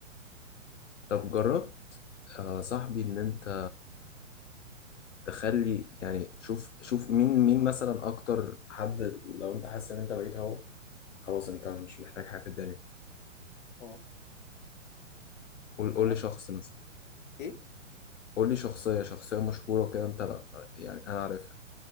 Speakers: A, on the left; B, on the left.
A: طب جرب آه صاحبي ان انت تخلي يعني شوف شوف مين مين مثلا اكتر حد لو انت حاسس ان انت بقيت هو خلاص انت مش محتاج حاجه في الدنيا
B: اه
A: قول
B: بمعنى
A: قول لي شخص مثلا
B: ايه
A: قول لي شخصيه شخصيه مشهوره كده انت لا يعني انا عارفها